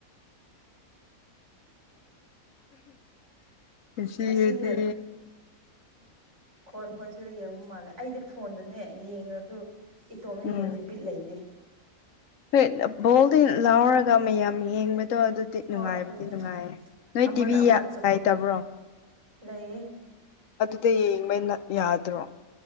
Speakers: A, on the left (about 70°); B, on the right (about 55°).
A: ꯁꯤꯗꯤ
B: ꯉꯁꯤꯅ ꯈꯣꯟ ꯈꯣꯏꯁꯨ ꯌꯦꯡꯕ ꯃꯥꯜꯂꯦ ꯑꯩꯗꯤ ꯐꯣꯟ ꯑꯗꯨꯗꯅꯦ ꯌꯦꯡꯉꯁꯨ ꯏꯇꯣꯝꯅ
A: ꯎꯝ
B: ꯌꯦꯡꯗꯤ ꯕꯤꯠ ꯂꯩꯇꯦ
A: ꯍꯣꯏ ꯕꯣꯜꯗꯤ ꯂꯥꯎꯔꯒ ꯃꯌꯥꯝ ꯌꯦꯡꯕ ꯗꯣ ꯑꯗꯨꯗꯤ
B: ꯍꯣꯏ
A: ꯅꯨꯡꯉꯥꯏꯕꯗꯤ
B: ꯑꯗꯨꯅꯦ
A: ꯅꯨꯡꯉꯥꯏꯌꯦ ꯅꯣꯏ
B: ꯑꯃꯅ
A: ꯇꯤꯚꯤ
B: ꯑꯃ ꯑꯆꯥꯄꯣꯠ
A: ꯂꯩꯇꯕ꯭ꯔꯣ
B: ꯂꯩꯌꯦ
A: ꯑ ꯌꯦꯡꯕꯩꯅ ꯌꯥꯗ꯭ꯔꯣ